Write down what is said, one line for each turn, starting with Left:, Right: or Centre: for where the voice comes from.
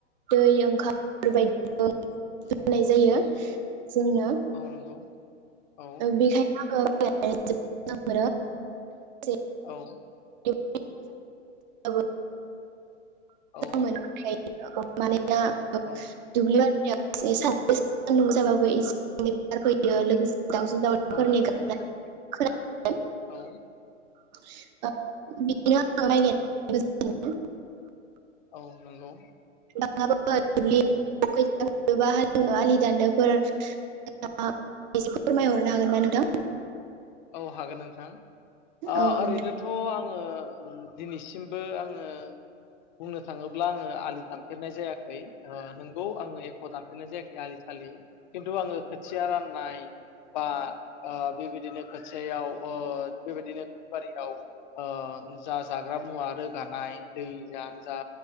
Right: दै ओंखारफोर <unintelligible> होननाय जायो
Left: औ
Right: जोंनो
Left: औ नंगौ औ
Right: बेखायनो आङो <unintelligible>
Left: औ
Right: <unintelligible> मोजां
Left: औ
Right: मोन <unintelligible> <unintelligible> माने <unintelligible>
Left: औ
Right: दुब्लियाव सानदुं गोसा जाबाबो एसे एनै बार फैयो लोगोसे दावसिन
Left: औ
Right: दाउलाफोरनि
Left: नंगौ
Right: गाबनाय खोना
Left: औ
Right: औ <unintelligible> <unintelligible> मोजां मोनो
Left: औ नंगौ।
Right: <unintelligible> हालेवनो आलि दाननोफोर एसे फोरमायहरनो हागोन ना नोंथां?
Left: औ हागोन नोंथां। ओ
Right: औ
Left: ओरैनोथ'
Right: नोंथां
Left: आं ओ दिनैसिमबो आङो बुंनो थाङोब्ला ब्ला आलि दानफेरनाय जायाखै नंगौ आङो एख' दानफेरनाय जायाखै आलि सालि खिन्थु आङो खोथिया राननाय बा बेबाय इदिनो खासेयाव ओ बेबायदिनो बारियाव ओ जा जाग्रा मुवा रोगानाय दैयानो जा